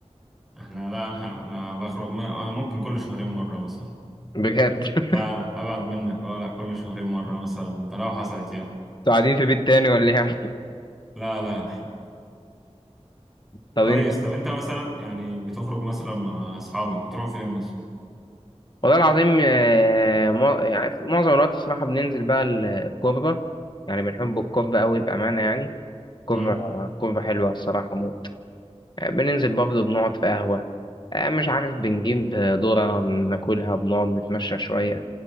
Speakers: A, in the centre; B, on the left (about 40°).
A: احنا لا انا انا بخرج ما- أنا ممكن كل شهرين مره مثلا
B: بجد <laughs>
A: لا لا ابعد منك اه لا كل شهرين مره مثلا ده لو حصلت يعني
B: انتوا قاعدين في بيت تاني ولا ايه يا عم؟
A: لا لا
B: طب
A: كويس
B: انت
A: طب انت مثلا يعني بتخرج مثلا مع اصحابك بتروح فين مثلا
B: والله العظيم آه، مع- يعني معظم الوقت الصراحة بننزل بقى ال- الكوربة يعني بنحب الكوربة قوي بأمانة يعني كوربة
A: امم
B: كوربة حلوة الصراحة موت آه، بننزل برضه بنقعد في قهوة آه، مش عارف بنجيب آه، ذرة ناكلها بنقعد نتمشى شوية